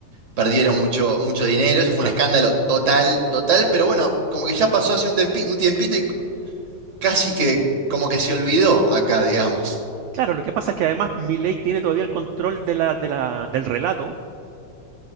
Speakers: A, on the right (about 35°); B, on the right (about 80°).
A: perdieron mucho, mucho dinero. Eso fue
B: claro.
A: un escándalo total, total, pero bueno, como que ya pasó hace un tempi- un tiempito y casi que como que se olvidó acá, digamos.
B: Claro, lo que pasa es que además Milei tiene todavía el control de la, de la, del relato,